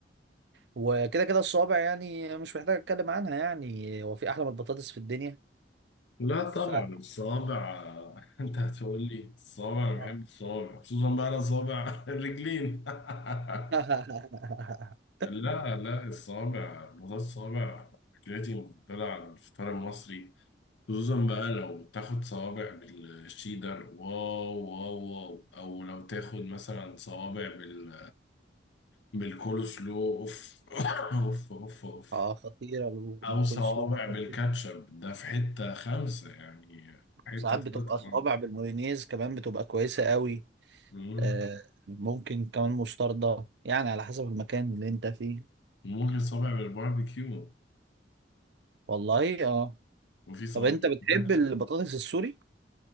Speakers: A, on the right; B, on the left.
A: وكده كده الصوابع يعني مش محتاج اتكلم عنها يعني هو في احلى من البطاطس في الدنيا
B: لا طبعا
A: ف
B: الصوابع <laughs> انت هتقول لي الصوابع انا
A: اه
B: بحب الصوابع خصوصا بقى انا صوابع <laughs> الرجلين <laughs>
A: <laughs>
B: لا لا الصوابع موضوع الصوابع أكلتي المفضلة على الفطار المصري خصوصا بقى لو تاخد صوابع بالشيدر واو واو واو أو لو تاخد مثلا صوابع بال بالكول سلو أوف <laughs> <coughs> أوف أوف أوف
A: اه خطيرة الو-
B: أو
A: بالكول
B: صوابع
A: سلو
B: بالكاتشب
A: خطيرة.
B: ده في حتة خمسة يعني حتة
A: ساعات بتبقى
B: تالتة خالص
A: صوابع بالمايونيز كمان بتبقى كويسة قوي
B: مم.
A: آه ممكن كمان مستردة يعني على حسب المكان اللي انت فيه
B: ممكن صابع بالباربيكيو
A: والله اه
B: وفي صوابع
A: طب انت بتحب
B: بالمحشي
A: البطاطس السوري